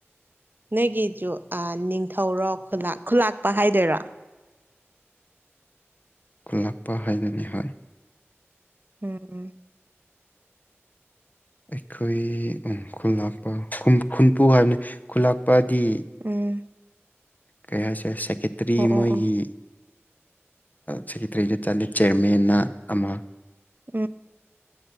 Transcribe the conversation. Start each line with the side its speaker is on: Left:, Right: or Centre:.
Right: ꯅꯣꯏꯒꯤꯖꯨ ꯑ ꯅꯤꯡꯊꯧꯔꯣ ꯈꯨꯜꯂꯥꯛ ꯈꯨꯜꯂꯥꯛꯄ ꯍꯥꯏꯗꯣꯏꯔꯣ
Left: ꯈꯨꯜꯂꯛꯄ ꯍꯥꯏꯗꯨꯢꯅꯦꯕ
Right: ꯎꯝ ꯎꯝ
Left: ꯑꯩꯈꯣꯏ ꯎ ꯈꯨꯜ ꯂꯥꯛꯄ ꯈꯨꯟꯄꯨ ꯍꯥꯏꯕꯅꯤ ꯈꯨꯜ ꯂꯥꯛꯄꯗꯤ
Right: ꯎꯝ
Left: ꯀꯩ ꯍꯥꯏꯁꯦ ꯁꯦꯀꯦꯇ꯭ꯔꯤ
Right: ꯑꯣ ꯑꯣ
Left: ꯃꯣꯏꯒꯤ
Right: ꯑꯣ
Left: ꯁꯦꯀꯦꯇ꯭ꯔꯤꯗ ꯆꯜꯂꯤꯠꯂꯤ ꯆꯤꯌ꯭ꯔꯃꯦꯟꯅ ꯑꯃ
Right: ꯎꯝ